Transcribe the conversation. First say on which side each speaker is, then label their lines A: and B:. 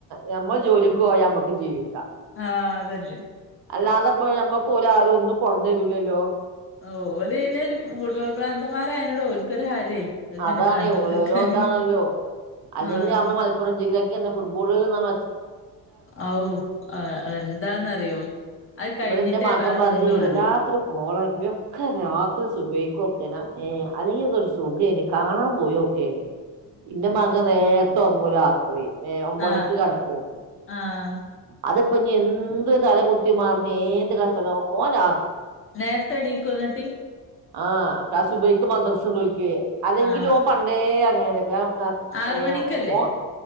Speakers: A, on the right (about 70°); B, on the left (about 30°).
A: ഞമ്മള് ജോലിക്കോയ അമ്മക്ക് ജീവിക്ക
B: ആഹ അതല്ലേ
A: അല്ലാതെപ്പ നമ്മക്കോലാരും ഒന്നും കൊട്ന്നെരൂലല്ലോ
B: ഓ ഓലയ്ന്ര് ഫുട്ബോൾ പ്രാന്തമാരായനോട്‌ ഓൽ ക്കൊര് ഹരേ അതിങ്ങനെ
A: അതാണേോ
B: കണ്ട് കുത്തിർക്കാന്
A: ഓരോരോ ഇതാണല്ലോ അല്ലെങ്കി
B: ആഹ്
A: ഞമ്മളെ മലപ്പുറം ജില്ലക്കന്നെ ഫുട്ബോള് ന്നർ
B: ഔ ആ എന്താന്നറിയോ അത് കഴിഞ്ഞിട്ടേ
A: ഇവിടെന്റെ മകം
B: വേറെ
A: പറിം
B: എന്തുള്ളൂ
A: വല്ലാത്തൊരു കോള യൊക്കെ രാത്രി സുബയിക്കോക്ണാ ഏഹ് അല്ലെങ്കിലൊക്കെ ഒരു സുഖേനി കാണാൻ പോയോക്കെനി. ഇൻ്റെ മകൻ നേ തൊറങ്ങും ലാത്രി ഏ ഒമ്പണിക്ക്
B: ആഹ്
A: കട്ക്കും.
B: ആഹ്
A: അതിപ്പ ഇഞ് എന്ത് തല കുുത്തി മറ്ഞ്ഞ് ഏത് കച്ചെറ ഓൻ രാ
B: നേരത്തെ എണീക്കൊ ഇന്നട്ട്
A: ആഹ് ത്താ സുബൈയ്ക്ക് മദ്രസ്ണ്ട് ഓൽ ക്കെ. അല്ലെങ്കിലും
B: ആഹ്
A: ഓൻ പണ്ടേ അങ്ങനേണ്. <unintelligible>
B: ആറ്
A: ഏഹ്
B: മണിക്കല്ലേ
A: ഓ